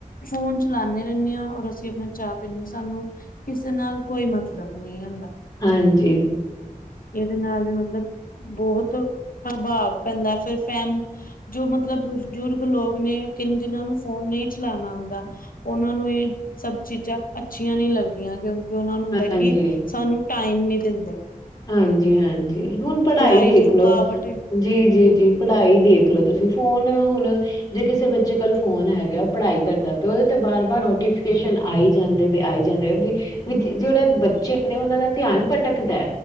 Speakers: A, on the left; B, on the left.
A: ਫੋਨ ਚਲਾਨੇ ਰੇਨੇ ਆਂ। ਔਰ ਅਸੀਂ ਆਪਨਾ ਚਾਹ ਪੀਨੇ, ਸਾਨੂੰ ਕਿਸੇ ਨਾਲ ਕੋਈ ਮਤਲਬ ਨ‌ਈ ਹੁੰਦਾ।
B: ਹਾਂਜੀ।
A: ਏਦੇ ਨਾਲ ਵੀ ਮਤਲਬ ਬਹੁਤ ਪ੍ਰਭਾਵ ਪੈਂਦਾ ਫਿਰ ਫੈਮ ਜੋ ਮਤਲਬ ਬਜ਼ੁਰਗ ਲੋਕ ਨੇ ਕੇਂਦੇ ਨੇ ਓਨੂੰ ਫੋਨ ਨੀ ਚਲਾਨਾ ਆਉਂਂਦਾ ਓਨਾਂ ਨੂੰ ਐ ਸਭ ਚੀਜ਼ਾਂ ਅੱਛੀਆਂ ਨੀ ਲਗਦੀਆਂ ਕਿਉਂਕਿ ਓਨਾਂ ਨੂੰ ਹੁੰਦਾ
B: ਹਾਂਜੀ
A: ਕਿ ਸਾਨੂੰ ਟਾਈਮ ਨੀ ਦਿੰਦੇ।
B: ਹਾਂਜੀ, ਹਾਂਜੀ‌। ਹੁਨ ਪੜਾਈ
A: ਪੜ੍ਹਾਈ
B: ਦੇਖ
A: ਚ ਰੁਕਾਵਟ
B: ਲੋ
A: ਏ
B: ਜੀ-ਜੀ-ਜੀ
A: ਹੂੰ
B: ਪੜ੍ਹਾਈ ਦੇਖਲੋ ਤੁਸੀਂ ਫੋਨ ਹੁਨ ਜੇ ਕਿਸੇ ਬੱਚੇ ਕੱਲ ਫੋਨ ਹੈਗਾ। ਪੜ੍ਹਾਈ ਕਰਦਾ ਪਿਆ। ਉਹਦੇ ਤੇ ਬਾਰ ਬਾਰ ਨੋਟੀਫਿਕੇਸ਼ਨ ਆਈ ਜਾਂਦੇ। ਆਈ ਜਾਂਦੇ ਆ ਵੀ ਜਿਹੜੇ ਬੱਚੇ ਨੇ ਓਨਾਂ ਦਾ ਧਿਆਨ ਭਟਕਦਾ